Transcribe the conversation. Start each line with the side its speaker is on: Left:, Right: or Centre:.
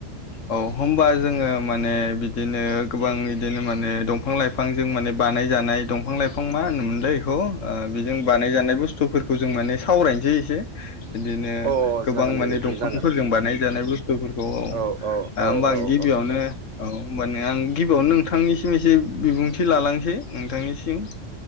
Left: औ होनबा जोङो माने बि दिनो गोबां बिदिनो माने दंफां लाइफांजों माने बानायजानाय दंफां लाइफां मा होनोमोनलाय बेखौ बेजों बानायजानाय बुस्थुफोरखौ जों माने सावरायनोसै एसे बिदिनो
Right: औ अ
Left: गोबां
Right: जागोन दे
Left: माने
Right: नोंथां
Left: दंफांफोरजों
Right: जागोन
Left: बानायजानाय बस्थुफोरखौ
Right: औ
Left: होमबा
Right: औ
Left: आं
Right: औ
Left: गिबियावनो
Right: औ
Left: औ होमबानिया आं गिबियावनो नोंथांनिसिम एसे बिबुंथि लालांनोसै नोंथांनिसि- म